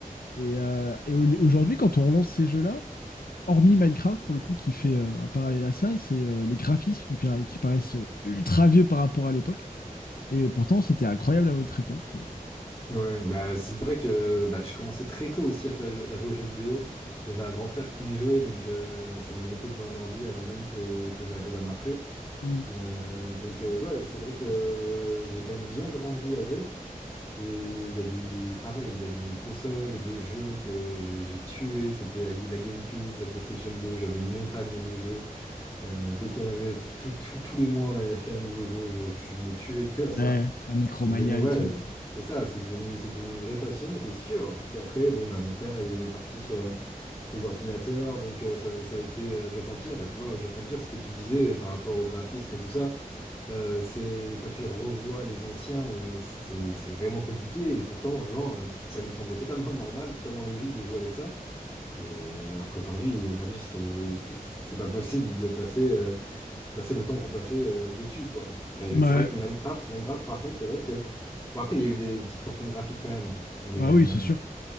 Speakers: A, on the left; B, on the left.
A: Et, euh, et au- aujourd'hui, quand on relance ces jeux-là, hormis Minecraft, pour le coup, qui fait euh, un parallèle à ça, c'est euh, les graphismes qui, para- qui paraissent euh, ultra vieux par rapport à l'époque. Et pourtant, c'était incroyable à votre époque, tu vois.
B: Ouais, bah c'est vrai que bah, je commençais très tôt aussi à, fa- à jouer aux jeux vidéo. J'avais un grand frère qui y jouait, donc euh, ça me mettait devant un ordi avant même que, que j'arrive à marcher.
A: Mm.
B: Euh, donc euh, ouais, c'est vrai que j'ai quand même bien grandi avec. Et il y a des, pareil, il y a des consoles et des jeux que j'ai j'ai tués. C'était la, la GameCube, la PlayStation 2. J'avais une montagne de jeux. Euh, dès qu'il y en avait, tout, tout- tous les mois, on allait acheter un nouveau jeu. Je, je me tuais que à ça.
A: Ouais, à Micromania
B: C'est devenu, ouais,
A: et tout.
B: c'est ça, c'est devenu, c'est devenu une vraie passion, c'est sûr. Et puis après, bon, bah, mon frère, il est parti sur euh, des ordinateurs, donc euh, ça, ça a été euh, Age of Empire. Bah, tu vois, Age of Empire, ce que tu disais par rapport au graphisme et tout ça, euh, c'est quand tu revois les anciens, euh, c'est, c'est vraiment compliqué. Et pourtant, avant, euh, ça nous semblait totalement <laughs> normal, totalement logique de jouer avec ça. Et euh, alors qu'aujourd'hui, aujourd'hui, c'est, c'est c'est pas possible de passer. euh, c'est passé le temps qu'on passait euh, dessus, quoi. Et
A: Ouais,
B: c'est vrai que Minecraft, Minecraft, par contre, c'est vrai que... Bon, après, il y a eu des petites refontes graphiques quand même, mais,
A: ouais oui,
B: euh,
A: c'est sûr.